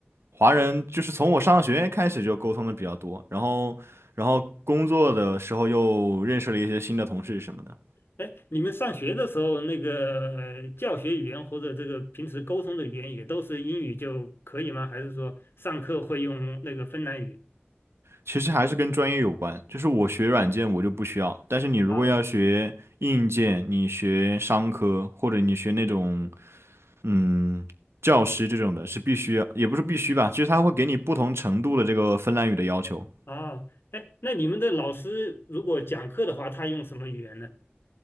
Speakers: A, on the right; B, on the left.
A: 华人就是从我上学开始就沟通的比较多，然后然后工作的时候又认识了一些新的同事什么的，
B: 哎，你们上学的时候，那个教学语言或者这个平时沟通的语言也都是英语就可以吗？还是说上课会用那个芬兰语？
A: 其实还是跟专业有关，就是我学软件我就不需要，但是你如果要学硬件，
B: 啊
A: 你学商科或者你学那种。嗯，教师这种的是必须，也不是必须吧，就是他会给你不同程度的这个芬兰语的要求。
B: 啊，哎，那你们的老师如果讲课的话，他用什么语言呢？